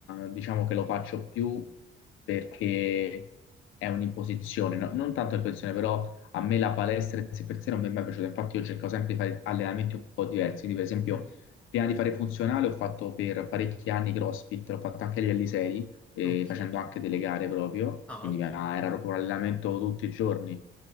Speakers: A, on the left; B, in the centre.
A: eh, diciamo che lo faccio più perché è un'imposizione, no- non tanto un'imposizione, però a me la palestra in sé per sé non mi è mai piaciuta, infatti io cerco sempre di fare allenamenti un po' diversi, quindi per esempio
B: Mm,
A: prima di fare funzionale ho fatto per parecchi anni CrossFit, l'ho fatto anche agli Alisei, eh,
B: ok.
A: facendo anche delle gare proprio,
B: Ah,
A: quindi
B: ok.
A: eh, era
B: Sì.
A: proprio un allenamento tutti i giorni